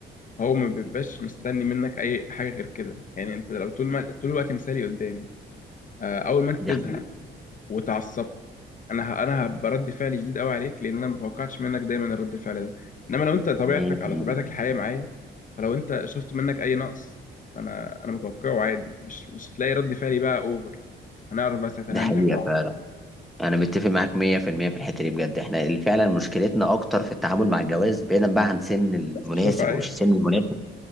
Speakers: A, on the left (about 40°); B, in the centre.
A: هو ما بيبقاش مستني منك اي حاجه غير كده يعني انت لو طول ما طول الوقت مثالي قدامي آه، اول ما انت
B: دي
A: تزهق
B: حقيقه
A: واتعصبت انا ه... انا ه- برد فعل شديد قوي عليك لان انا ما توقعتش منك دايما الرد فعل ده انما لو انت طبيعتك
B: 100%
A: على طبيعتك الحقيقيه معايا فلو انت شفت منك اي نقص انا انا متوقعه عادي مش مش هتلاقي رد فعلي بقى اوفر هنعرف بس هتنهندل
B: دي حقيقه
A: بعض
B: فعلا انا متفق معاك 100% في المية في الحته دي بجد احنا اللي فعلا مشكلتنا اكتر في التعامل مع الجواز بعيدا بقى عن سن المناسب
A: بس مش واقعيه
B: ومش السن المناسب